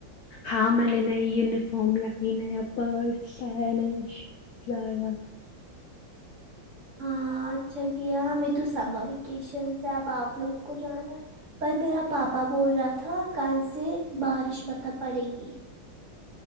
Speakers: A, on the left; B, on the right.
A: ہاں میں نے نئی یونیفارم لائی نیا پرس نیا شوز لایا
B: ہاں اچھا کیا ہمیں تو سمر ویکیشن سے اب آپ لوگ کو جانا ہے پر میرا پاپا بول رہا تھا کل سے بارش مطلب پڑے گی